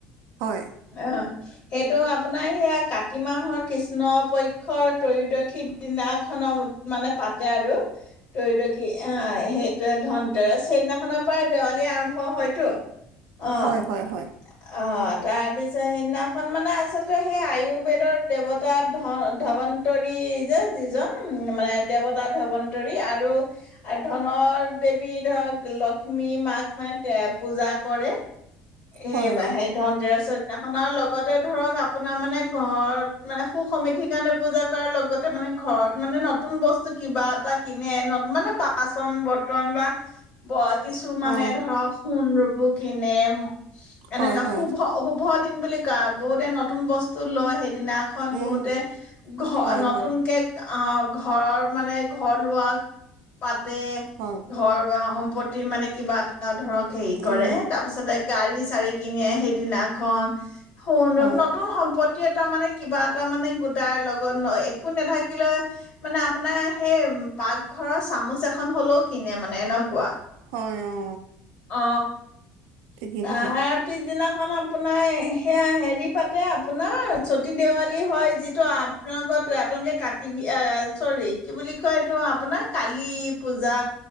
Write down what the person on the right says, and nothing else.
হয়
হয় হয় হয় হয়
হয়
অ অ
হয় হয়
উম
হয়
হয়
হয়
উম
হয়
হয় অ
ঠিকেই
ঠিকেই